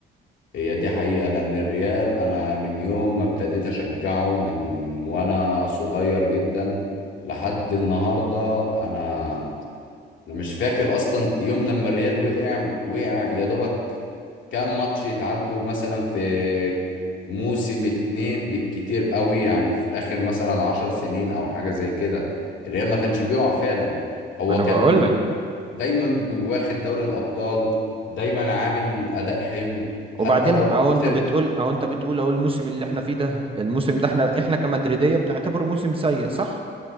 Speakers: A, on the left; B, on the right.
A: هي دي حقيقة لأن الريال أنا من يوم ما ابتديت أشجعه من وأنا صغير جدا لحد النهاردة أنا أنا مش فاكر أصلا يوم لما الريال وقع وقع يا دوبك كام ماتش يتعدوا مثلا في موسم اتنين بالكتير قوي يعني في آخر مثلا عشر سنين أو حاجة زي كده الريال ما كانش بيقع فعلا هو
B: انا
A: كان
B: بقول لك
A: دايما واخد دوري الأبطال دايما عامل أداء حلو حتى
B: وبعدين
A: لو
B: او انت
A: خسر
B: بتقول او انت بتقول اهو الموسم اللي احنا فيه ده الموسم ده احنا احنا كمدريدية بنعتبره موسم سيء صح